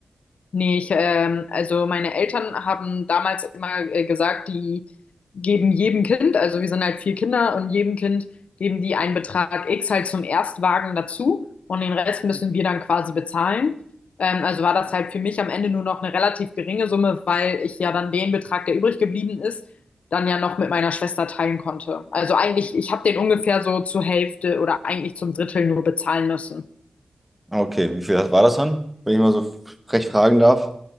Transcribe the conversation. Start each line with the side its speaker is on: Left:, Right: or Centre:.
Left: Nee, ich, ähm, also meine Eltern haben damals immer äh, gesagt, die geben jedem Kind, also wir sind halt vier Kinder und jedem Kind geben die einen Betrag X halt zum Erstwagen dazu und den Rest müssen wir dann quasi bezahlen. Ähm, also war das halt für mich am Ende nur noch eine relativ geringe Summe, weil ich ja dann den Betrag, der übrig geblieben ist, dann ja noch mit meiner Schwester teilen konnte. Also eigentlich, ich habe den ungefähr so zur Hälfte oder eigentlich zum Drittel nur bezahlen müssen.
Centre: Ah, Okay, wie viel war das dann, wenn ich mal so frech fragen darf?